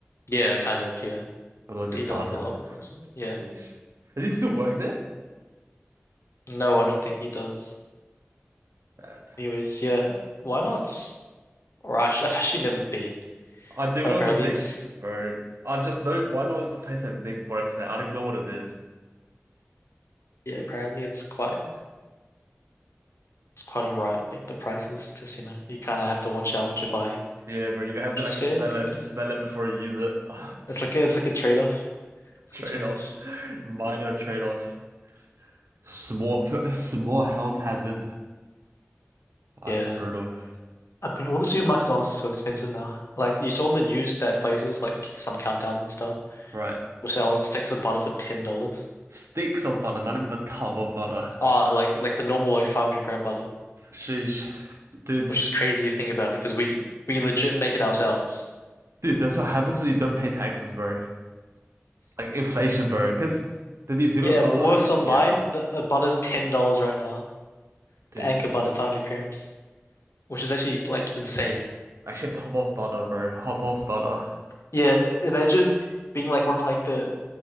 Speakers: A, on the left (about 75°); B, on the right (about 80°).
A: Yeah, kind of, yeah.
B: otherwise
A: Did
B: you're done.
A: like a lot more closely. Yeah.
B: Sheesh. Does he still work there?
A: No, I don't think he does.
B: Man.
A: Anyways, yeah. Why not? s- Or I should, <laughs> I've actually never been.
B: I didn't
A: But
B: know
A: apparently
B: it was a thing,
A: it's
B: bro. I just know why not is the place that Nick works at. I don't even know what it is.
A: yeah, apparently it's quite it's quite alright. Like the prices, just you know, you kinda have to watch out what you're buying.
B: Yeah, bro, you're gonna have
A: Which
B: to like
A: is fair.
B: smell
A: It's like
B: it,
A: a
B: smell it before you use it. <laughs>
A: it's like a it's like a trade-off. It's
B: Trade-off.
A: like a trade-off.
B: Minor trade-off. Small <laughs> small health hazard. That's
A: Yeah.
B: brutal.
A: I mean, all the supermarkets are honestly so expensive now. Like you saw in the news that places like some countdowns and stuff
B: Right.
A: were selling sticks of butter for ten dollars.
B: Sticks of butter, not even a tub of butter.
A: Uh like like the normal like 500 gram butter,
B: Sheesh. Dude.
A: which is crazy if you think about it, because we we legit make it ourselves.
B: Dude, that's what happens when you don't pay taxes, bro. Like inflation, bro. Cause the New Zealand
A: Yeah,
B: dollar,
A: Woolworths online,
B: yeah,
A: the uh, butter's ten dollars right now.
B: dude.
A: The Anchor butter 500 grams, which is actually like insane.
B: Actually I have to hop off butter, bro. Hop off butter.
A: Yeah, imagine being like one of like the